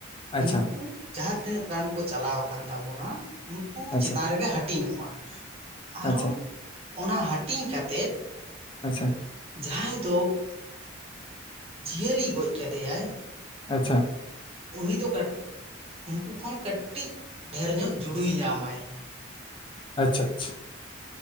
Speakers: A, on the left; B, on the right.
A: ᱟᱪᱪᱷᱟ
B: ᱩᱱᱠᱩ ᱡᱟᱦᱟ ᱛᱤᱱᱟᱹᱜ ᱜᱟᱱ ᱠᱚ ᱪᱟᱞᱟᱣ ᱟᱠᱟᱱ ᱛᱟᱵᱚᱱᱟ, ᱩᱱᱠᱩ
A: ᱟᱪᱪᱷᱟ
B: ᱪᱮᱛᱟᱱ ᱨᱮᱜᱮ ᱦᱟᱹᱴᱤᱧ ᱚᱜᱼᱟ ᱾ᱟᱨᱚ
A: ᱟᱪᱪᱷᱟ
B: ᱚᱱᱟ ᱦᱟᱹᱴᱤᱧ ᱠᱟᱛᱮ,
A: ᱟᱪᱪᱷᱟ,
B: ᱡᱟᱦᱟᱸᱭ ᱫᱚ, ᱡᱤᱭᱟᱹᱞᱤ ᱜᱚᱡ ᱠᱮᱫᱮᱭᱟᱭ,
A: ᱟᱪᱪᱷᱟ,
B: ᱩᱱᱤ ᱫᱚ ᱩᱱᱠᱩ ᱠᱷᱚᱱ ᱠᱟᱹᱴᱤᱡ ᱰᱷᱮᱨ ᱧᱚᱜ ᱡᱩᱲᱩᱭ ᱧᱟᱢᱟᱭ᱾
A: ᱟᱪᱪᱷᱟ ᱟᱪᱪᱷᱟ,